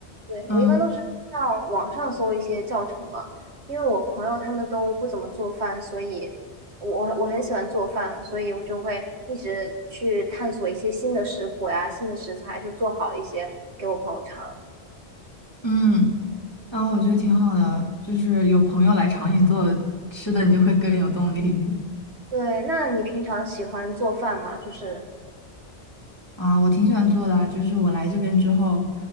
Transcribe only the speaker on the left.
嗯
嗯，然后我觉得挺好的，就是有朋友来尝你做吃的，你就会更有动力一点。
啊，我挺喜欢做的啊，就是我来这边之后，